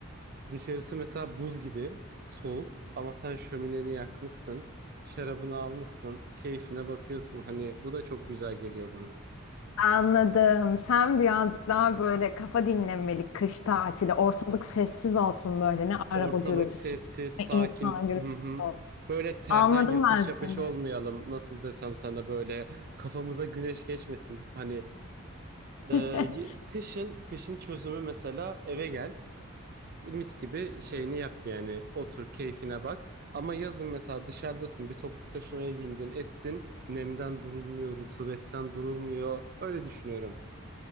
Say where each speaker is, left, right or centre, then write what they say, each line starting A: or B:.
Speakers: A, on the right; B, on the left.
A: e, dışarısı mesela buz gibi soğuk ama sen şömineni yakmışsın. Şarabını almışsın, keyfine bakıyorsun. Hani bu da çok güzel geliyor
B: Anladım. Sen birazcık daha böyle kafa dinlenmelik kış tatili. Ortalık sessiz olsun böyle. Ne araba
A: Ortalık
B: gürültüsü,
A: sessiz, sakin.
B: ne insan gürültüsü
A: Hı hı.
B: olsun.
A: Böyle terden
B: Anladım
A: yapış
B: ben
A: yapış
B: seni.
A: olmayalım. Nasıl desem sana böyle kafamıza güneş geçmesin. Hani e,
B: <laughs>
A: y- kışın kışın çözümü mesela eve gel. Mis gibi şeyini yap yani otur keyfine bak. Ama yazın mesela dışarıdasın bir toplu taşımaya bindin ettin. Nemden durulmuyor, rutubetten durulmuyor. Öyle düşünüyorum.